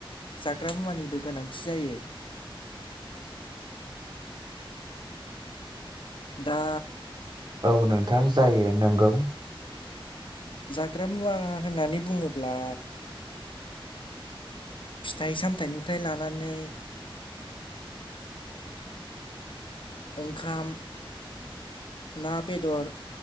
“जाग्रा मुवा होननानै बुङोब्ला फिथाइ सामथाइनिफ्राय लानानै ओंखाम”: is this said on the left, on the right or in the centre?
Left